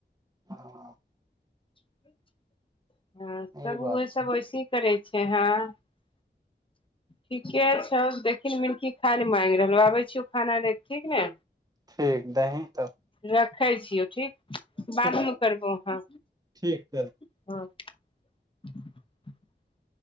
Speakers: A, on the right; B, on the left.
A: ह <inaudible>
B: <inaudible> हँ त
A: ई
B: उहो
A: बात
B: सभ
A: छै
B: वैसे ही करै छै हँ ठीके छै, देखू मिनकी खाय लेल माँगि रहलौ, आबैत छी खाना लऽ कऽ, ठीक ने।
A: ठीक दहीन तऽ
B: रखै छियौ ठीक बाद
A: तऽ
B: मे करबौ अहा
A: ठीक त‌ऽ
B: ह